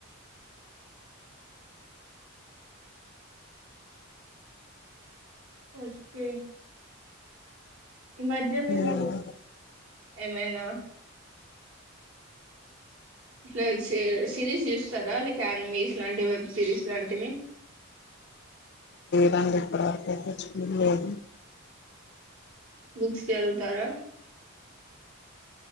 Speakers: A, on the right; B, on the left.
A: ఓ చెతే ఈ మధ్య మీరు
B: హ్మ్
A: ఏమైనా ఇట్లా సిరీస్ చూస్తారా లే యానిమీస్ లాంటి వెబ్ సిరీస్ లాంటివి
B: రంగ ఇ కూడాడ
A: బుక్స్ తరుగుతారా